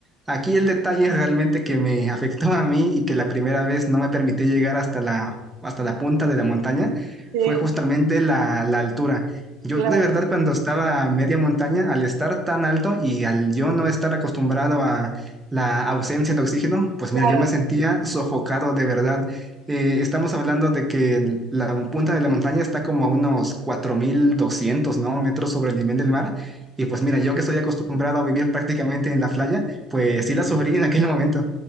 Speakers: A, on the right; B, on the right.
A: Aquí el detalle realmente que me <laughs> afectó a mí y que la primera vez no me permitió llegar hasta la, hasta la punta de la montaña
B: sí,
A: fue justamente la, la altura. Yo
B: claro,
A: de verdad cuando estaba a media montaña, al estar tan alto y al yo no estar acostumbrado a la ausencia de oxígeno, pues mira,
B: claro.
A: yo me sentía sofocado de verdad. Eh, estamos hablando de que el- la punta de la montaña está como a unos 4.200 ¿no? metros sobre el nivel del mar. Y pues mira, yo que estoy acostumbrado a vivir prácticamente en la playa, pues sí la sufrí en aquel momento.